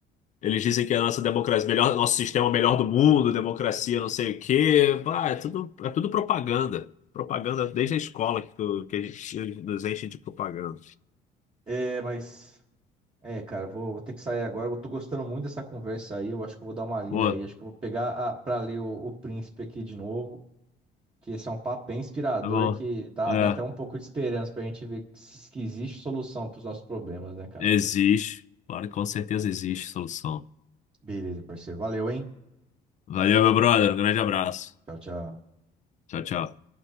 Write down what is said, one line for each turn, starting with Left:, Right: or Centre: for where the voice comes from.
Left: Eles dizem que a nossa democracia, melhor, nosso sistema é o melhor do mundo, democracia, não sei o quê. Ah, é tudo, é tudo propaganda. Propaganda desde a escola que, tu- que a gente nos enche de propaganda.
Right: É, mas. É, cara, vou, vou ter que sair agora. Eu tô gostando muito dessa conversa aí. Eu acho que eu vou dar uma lida
Left: Pô,
Right: aí. Acho que eu vou pegar a, pra ler o, o Príncipe aqui de novo. que esse é um papo bem inspirador
Left: tá bom.
Right: que dá,
Left: É,
Right: dá até um pouco de esperança pra gente ver que se- que existe solução para os nossos problemas, né, cara?
Left: existe. Claro que com certeza existe solução.
Right: Beleza, parceiro. Valeu, hein?
Left: Valeu, meu brother. Um grande abraço.
Right: Tchau, tchau.
Left: Tchau, tchau.